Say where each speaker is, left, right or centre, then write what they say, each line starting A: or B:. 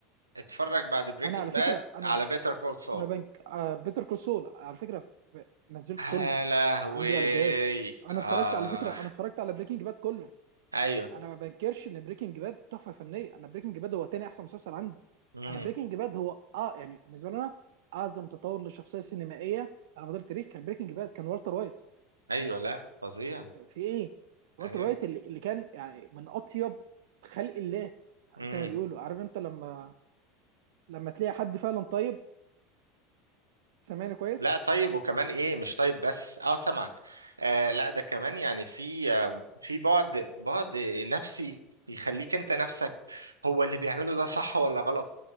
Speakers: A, on the right; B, on the right.
A: اتفرج بعد بريكنج
B: انا على فكرة
A: باد
B: انا
A: على بيتر كول سول
B: ما بنك آه بيتر كول سول على فكره ف- نزلت
A: يا
B: كله
A: لهوي
B: عندي على الجهاز انا
A: آه
B: اتفرجت على فكره انا اتفرجت على بريكنج باد كله
A: ايوه
B: انا ما بنكرش ان بريكنج باد تحفه فنيه انا بريكنج باد هو تاني احسن مسلسل عندي
A: امم
B: انا بريكنج باد هو اه يعني بالنسبه لنا اعظم تطور لشخصيه سينمائيه على مدار التاريخ كان بريكنج باد كان والتر وايت
A: ايوه
B: يعني
A: لا فظيع
B: في ايه والتر
A: ايوه
B: وايت اللي, اللي كان يعني من اطيب خلق الله
A: امم
B: زي ما بيقولوا عارف انت لما لما تلاقي حد فعلا طيب سامعني كويس
A: لا طيب وكمان ايه مش طيب بس اه سمعك آه لا ده كمان يعني في آه في بعد بعد نفسي يخليك انت نفسك هو اللي بيعمله ده صح ولا غلط